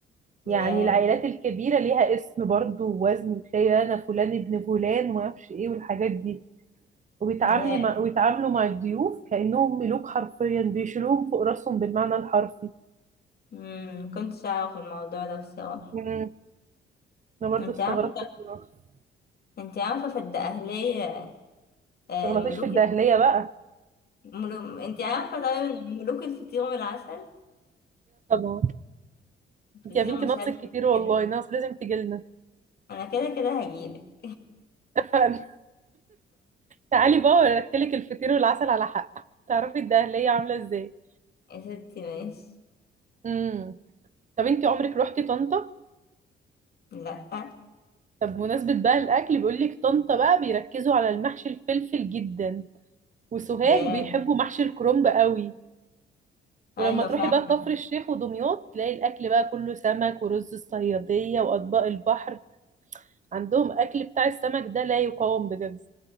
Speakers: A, on the right (about 40°); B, on the left (about 50°).
A: يعني
B: ياه
A: العائلات الكبيرة ليها اسم برضو ووزن وتلاقي انا فلان ابن فلان وما اعرفش ايه والحاجات دي وبيتعاملي
B: ياه
A: مع ويتعاملوا مع الضيوف كأنهم ملوك حرفيا بيشيلوهم فوق راسهم بالمعنى الحرفي
B: امم ما كنتش اعرف الموضوع ده بصراحة
A: مم. انا برضو
B: انت
A: استغربت
B: عارفة
A: بصراحة ما
B: انت عارفة في الدقهلية آه،
A: تغلطيش
B: ملوك
A: في الدهلية بقى
B: ملو... انت عارفة طيب ان ملوك الفطير والعسل
A: طبعا انت
B: فطير
A: يا بنتي
B: مش
A: ناقصك
B: عارف
A: كتير
B: إيه
A: والله
B: كده
A: ناقص لازم تجيلنا
B: انا كده كده هجيلك
A: <laughs> تعالي بقى ورتلك الفطير والعسل على حق تعرفي الدهلية عاملة ازاي
B: يا ستي ماشي
A: امم طب انتي عمرك روحتي طنطا
B: لا
A: طب بمناسبة بقى الأكل بيقولك طنطا بقى بيركزوا على المحشي الفلفل جدا وسوهاج
B: ياه
A: بيحبوا محشي الكرنب قوي ولما
B: ايوه
A: تروحي
B: فعلا
A: بقى كفر الشيخ ودمياط تلاقي الأكل بقى كله سمك ورز الصيادية وأطباق البحر عندهم أكل بتاع السمك ده لا يقاوم بجد